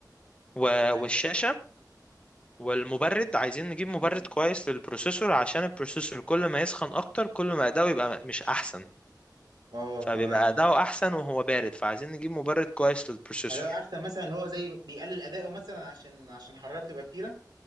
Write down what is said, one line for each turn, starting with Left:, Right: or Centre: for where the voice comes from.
Left: و-
Right: تمام
Left: والشاشة والمبرد عايزين نجيب مبرد
Right: والم-
Left: كويس للبروسيسور عشان البروسيسور كل ما يسخن أكتر كل ما أداؤه يبقى مش أحسن
Right: اه
Left: فبيبقى
Right: تمام
Left: أداؤه أحسن وهو بارد فعايزين نجيب مبرد كويس للبروسيسور
Right: هذا احسن مثلا اللي هو زي بيقلل اداؤه مثلا عشان عشان الحراره بتبقى كتيره